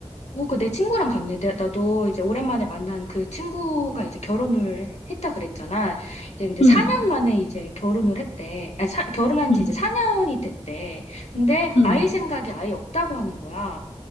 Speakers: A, on the left; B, on the left.
A: 뭐, 그 내 친구랑 갔네. 내- 나도 이제 오랜만에 만난 그 친구가 이제 결혼을 했다 그랬잖아. 이제 이제
B: 응,
A: 4년 만에 이제 결혼을 했대. 아니, 사- 결혼한
B: 응,
A: 지 이제 4년이 됐대. 근데
B: 응.
A: 아이 생각이 아예 없다고 하는 거야.